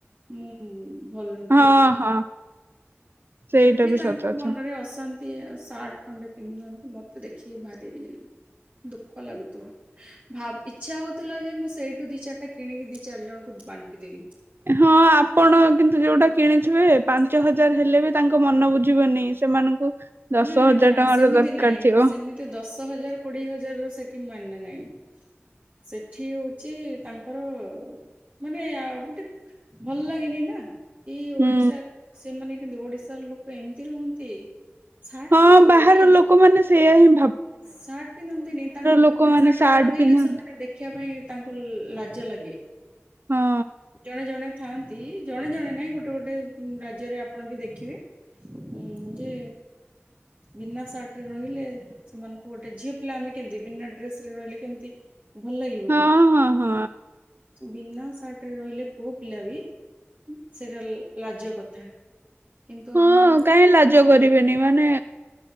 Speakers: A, on the right (about 30°); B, on the right (about 55°).
A: ମୁଁ ଭଲ
B: ହଁ
A: ଠିକ
B: ହଁ ସେଇଟା
A: ଫେର୍ ବି ତାଙ୍କ
B: ସତ କଥା।
A: ମନରେ ଅଶାନ୍ତି ତି ସାଠ ଖଣ୍ଡେ ପିନ୍ଧନ୍ତି ମତେ ଦେଖି କି ଭାରି ଦୁଃଖ ଲାଗୁଥିଲା ଭାବ ଇଚ୍ଛା ହଉଥିଲା ଯେ ମୁଁ ସେଇ ତୁ ଦି ଚାରିଟା କିଣିକି ଦି ଚାରି ଜଣଙ୍କୁ ବାଣ୍ଟି ଦେବି
B: ହଁ ଆପଣ କିନ୍ତୁ ଯୋଉଟା କିଣିଥିବେ ପାଞ୍ଚ ହଜାର ହେଲେ ବି ତାଙ୍କ ମନ ବୁଝିବନି ସେମାନଙ୍କୁ ଦଶ
A: ନା ନା
B: ହଜାର
A: ନା
B: ଟଙ୍କାର
A: ସେମିତି
B: ଦରକାର
A: ନାଇଁ
B: ଥିବ
A: ସେମିତି ଦଶ ହଜାର କୋଡିଏ ହଜାର ସେଠି ମାନେ ନାହିଁ ସେଠି ହଉଛି ତାଙ୍କର ମାନେ ଆଉ ଗୋଟେ ଭଲ ଲାଗିନି ନା ଏଇ ଓଡ଼ିଶା
B: ହୁଁ।
A: ସେମାନେ କିନ୍ତୁ ଓଡ଼ିଶାର ଲୋକ ଏମିତି ରୁହନ୍ତି ସାର୍ଟ
B: ହଁ
A: ପିନ୍ଧନ୍ତିନି
B: ବାହାର ଲୋକମାନେ ସେଇଆ ହି
A: ସାର୍ଟ ପିନ୍ଧନ୍ତିନି ତାଙ୍କୁ ବିନା
B: ଲୋକମାନେ
A: ସାର୍ଟ ରେ ରହିଲେ
B: ପିନ୍ଧନ୍ତି
A: ସେମାନେ ଦେଖିବା ପାଇଁ ତାଙ୍କୁ ଲାଜ ଲାଗେ ଲାଗେ
B: ହଁ
A: ଜଣେ ଜଣେ ଥାନ୍ତି ଜଣେ ଜଣେ ନାଇଁ ଗୋଟେ ଗୋଟେ ରାଜ୍ୟରେ ଆପଣ ବି ଦେଖିବେ ଉଁ ଯେ ବିନା ସାର୍ଟ ରେ ରହିଲେ ସେମାନଙ୍କୁ ଗୋଟେ ଝିଅ ପିଲା ଆମେ କେମତି ବିନା ଡ୍ରେସ ରେ ରହିଲେ କେମିତି ଭଲ ଲାଗିବ
B: ହଁ
A: କି
B: ହଁ ହଁ।
A: ବିନା ସାର୍ଟ ରାତିରେ ରହିଲେ ପୁଅ ପିଲା ବି ସେଇଟା ଲାଜ କଥା କିନ୍ତୁ
B: ହଁ
A: ଆମର
B: କାହିଁ ଲାଜ କରିବେନି ମାନେ